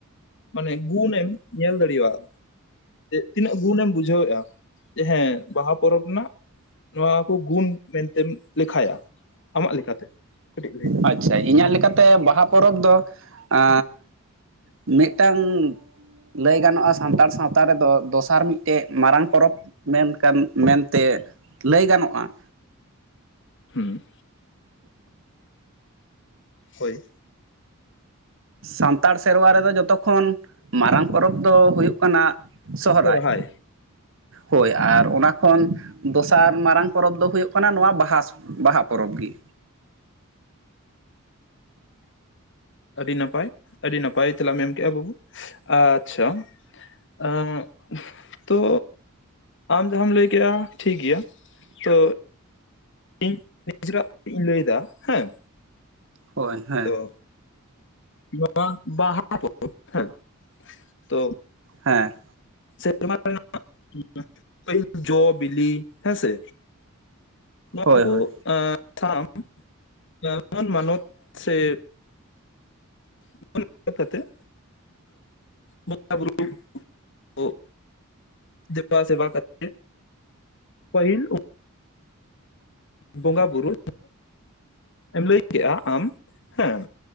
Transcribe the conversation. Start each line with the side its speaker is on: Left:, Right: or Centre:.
Left: ᱢᱟᱱᱮ ᱜᱩᱱᱮᱢ ᱧᱮᱞ ᱫᱟᱲᱮᱭᱟᱜ᱾ ᱛᱤᱱᱟᱹᱜ ᱜᱩᱱᱮᱢ ᱵᱩᱡᱷᱟᱹᱣᱮᱫ-ᱟ ᱡᱮ ᱦᱮᱸ ᱵᱟᱦᱟ ᱯᱚᱨᱚᱵᱽ ᱨᱮᱱᱟᱜ᱾ ᱱᱚᱣᱟ ᱠᱚ ᱜᱩᱱ ᱢᱮᱱᱛᱮᱢ ᱞᱮᱠᱷᱟᱭᱟ᱾ ᱟᱢᱟᱜ ᱞᱮᱠᱟᱛᱮ? ᱠᱟᱹᱴᱤᱡ ᱞᱟᱹᱭ ᱛᱟᱢ
Right: ᱟᱪᱪᱷᱟ ᱤᱧᱟᱜ ᱞᱮᱠᱟᱛᱮ ᱵᱟᱦᱟ ᱯᱚᱨᱚᱵᱽ ᱫᱚ ᱮᱻ ᱢᱤᱫᱴᱟᱝ ᱞᱟᱹᱭ ᱜᱟᱱᱚᱜ-ᱟ ᱥᱟᱱᱛᱟᱲ ᱥᱟᱶᱛᱟ ᱨᱮᱫᱚ ᱫᱚᱥᱟᱨ ᱢᱤᱫᱴᱮᱡ ᱢᱟᱨᱟᱝ ᱯᱚᱨᱚᱵᱽ ᱢᱮᱱᱠᱷᱟᱱ ᱢᱮᱱᱛᱮ ᱞᱟᱹᱭ ᱜᱟᱱᱚᱜ-ᱟ᱾
Left: ᱦᱩᱸ, ᱦᱳᱭ᱾
Right: ᱥᱟᱱᱛᱟᱲ ᱥᱮᱨᱣᱟ ᱨᱮᱫᱚ ᱡᱚᱛᱚ ᱠᱷᱚᱱ ᱢᱟᱨᱟᱝ ᱯᱚᱨᱚᱵᱽ ᱫᱚ ᱦᱩᱭᱩᱜ ᱠᱟᱱᱟ᱾ ᱥᱚᱦᱨᱟᱭ
Left: ᱥᱚᱨᱦᱟᱭ
Right: ᱦᱳᱭ᱾ ᱟᱨ ᱚᱱᱟ ᱠᱷᱚᱱ ᱫᱚᱥᱟᱨ ᱢᱟᱨᱟᱝ ᱯᱚᱨᱚᱵᱽ ᱫᱚ ᱦᱩᱭᱩᱜ ᱠᱟᱱᱟ ᱱᱚᱣᱟ ᱵᱟᱦᱟ ᱵᱟᱦᱟ ᱯᱚᱨᱚᱵᱽ ᱜᱮ᱾
Left: ᱟᱹᱰᱤ ᱱᱟᱯᱟᱭ ᱟᱹᱰᱤ ᱱᱟᱯᱟᱭ ᱛᱮᱞᱟᱢ ᱮᱢ ᱮᱢ ᱠᱮᱜ-ᱟ ᱵᱟᱹᱵᱩ ᱟᱪᱪᱷᱟ ᱟᱹᱜ ᱛᱚ ᱟᱢ ᱡᱟᱦᱟᱸᱢ ᱞᱟᱹᱭ ᱠᱮᱫ-ᱟ ᱴᱷᱤᱠ ᱜᱮᱭᱟ ᱛᱚ ᱤᱧ ᱱᱤᱡᱮᱨᱟᱜ ᱠᱟᱹᱴᱤᱡ ᱤᱧ ᱞᱟᱹᱭ ᱮᱫᱟ ᱦᱮᱸ᱾
Right: ᱦᱳᱭ ᱦᱮᱸ᱾
Left: ᱛᱚ ᱱᱚᱣᱟ ᱵᱟᱦᱟ ᱯᱚᱨᱚᱵ ᱦᱮ ᱛᱚ
Right: ᱦᱮᱸ,
Left: ᱥᱮᱨᱢᱟ ᱨᱮᱱᱟᱜ <unintelligible> ᱡᱚ ᱵᱤᱞᱤ ᱦᱮᱸᱥᱮ᱾ ᱱᱚᱣᱟ
Right: ᱦᱳᱭ
Left: ᱠᱚ
Right: ᱦᱳᱭ
Left: ᱮ ᱥᱟᱶ <unintelligible> ᱢᱟᱱᱚᱛ ᱥᱮ <unintelligible> ᱠᱟᱛᱮᱫ ᱵᱚᱸᱜᱟ ᱵᱩᱨᱩ ᱠᱚ ᱫᱮᱵᱟ ᱥᱮᱵᱟ ᱠᱟᱛᱮ ᱯᱟᱹᱦᱤᱞ ᱵᱚᱸᱜᱟ ᱵᱩᱨᱩ᱾ ᱮᱢ ᱞᱟᱹᱭ ᱠᱮᱫ-ᱟ ᱟᱢ ᱦᱮᱸ᱾